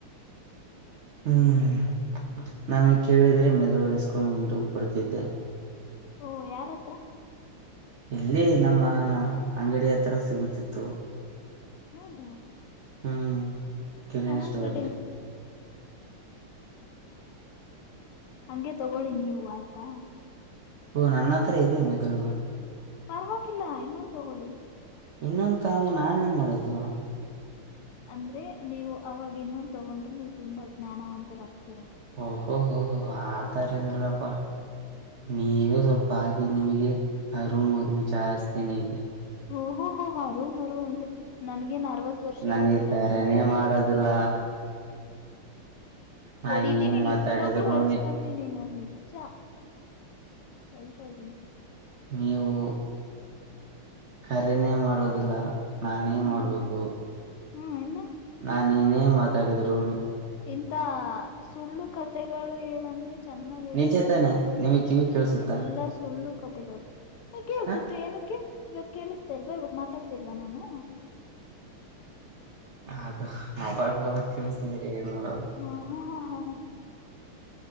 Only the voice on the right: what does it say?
ಹ್ಮ್ ನಮಗೆ ಕೇಳಿದ್ರೆ ಮೆದುಳುಯಸ್ಕೊಂಡ ಮುಂದು ಪಡ್ತಿದ್ದೆ.
ಎಲ್ಲಿ ನಮ್ಮ ಅಂಗಡಿ ಹತ್ರರ ಸಿಗುತ್ತಿತ್ತು.
ಹ್ಮ್ ಕರಿಯ
ಇಷ್ಟವಲ್ಲ.
ಓ ನನ್ನ ಹತ್ರಾ ಇದೆ ಮೆದುಳು.
ಇನ್ನೊಂದ ತಗಂಡು ನಾನೇನ್ ಮಾಡೋದು.
ಓಹೋ ಹೊ ಹೋ ಆತರಾ ಎನ್ ಇಲ್ಲಪ್ಪಾ. ನೀವೇ ಸ್ವಲ್ಪ ಹಾಗಿ ನಿಮಿಗೆ. ಅರು ಮುರು. ಜಾಸ್ತಿನೆ ಐತೆ.
ನನ್ಗೆ
ಕರೆನೇ
ಮಾಡೋದಿಲ್ಲ ನಾ
ಏನ್
ಮಾತಾಡಿದ್ರು
ನೀವು ಕರೇನೆ ಮಾಡೋದಿಲ್ಲ ನಾನೇ
ಮಾಡ್ಬೇಕು
ಆ ನೀನೇ ಮಾತಾಡಿದಿರು
ನಿಜ
ತಾನೆ
ನಿಮಗ್ ಕಿವಿ ಕೇಳ್ಸುತ್ತಾ
ಹ
ಅದು ಅವಾಗ್ ಅವಾಗ್ ಕೇಳ್ಸಿದ್ರೆ ಎನ್ ನೋಡೋದು